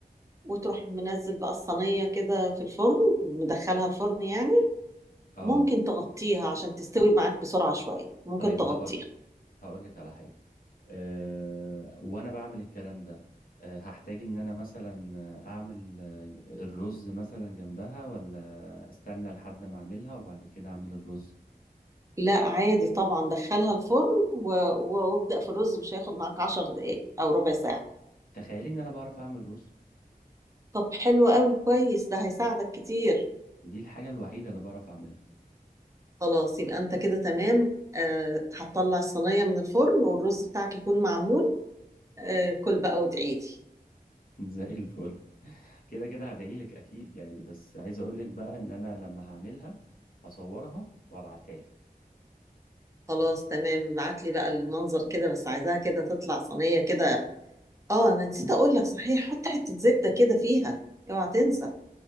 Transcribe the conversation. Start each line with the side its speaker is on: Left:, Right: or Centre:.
Right: وتروح منزل بقى الصينية كده في الفرن مدخلها الفرن يعني
Left: آه
Right: ممكن تغطيها عشان تستوي معاك بسرعة شوية ممكن
Left: طيب
Right: تغطيها
Left: هقولك هقولك على حاجة آه وأنا بعمل الكلام ده آه هحتاج إن أنا مثلا آه، أعمل آه، الرز مثلا جنبها ولا أستنى لحد ما أعملها وبعد كده أعمل الرز
Right: لا عادي طبعا دخلها الفرن و- و- وابدأ في الرز مش هياخد معاك عشر دقايق أو ربع ساعة
Left: تخيلي ان انا بعرف اعمل رز
Right: طب حلو قوي كويس ده هيساعدك كتير
Left: دي الحاجة الوحيدة اللي بعرف اعملها
Right: خلاص يبقى أنت كده تمام آه هتطلع الصينية من الفرن والرز بتاعك يكون معمول آه كل بقى وادعيلي
Left: <laughs> زي الفل كده كده هدعيلك اكيد يعني بس عايز اقولك بقى ان انا لما هعملها هصورها وابعتها لك
Right: خلاص تمام ابعت لي بقى المنظر كده بس عايزاها كده تطلع صينية كده اه انا نسيت اقول لك صحيح حط حتة زبدة كده فيها اوعى تنسى